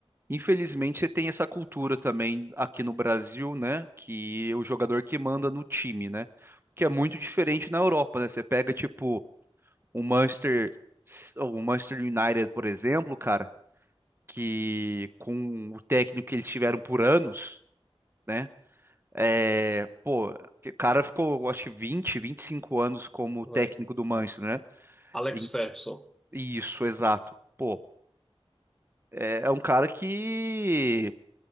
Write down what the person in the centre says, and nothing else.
Ué,
Alex
Ferguson.